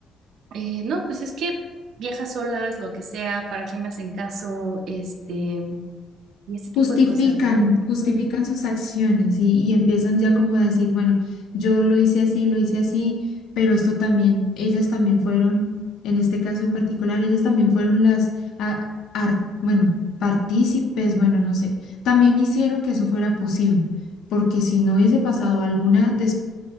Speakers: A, on the right; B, on the left.
A: Eh, no, pues es que viajas solas, lo que sea, para qué me hacen caso, este, y ese tipo
B: Justifican,
A: de cosas, ¿no?
B: justifican
A: Ujú,
B: sus acciones y, y empiezan ya como a decir, bueno, yo lo hice así, lo hice así, pero esto también, ellas también fueron, en este caso en particular, ellas también fueron las, a- ar- bueno, partícipes, bueno, no sé, también hicieron que eso fuera posible, porque si no hubiese pasado alguna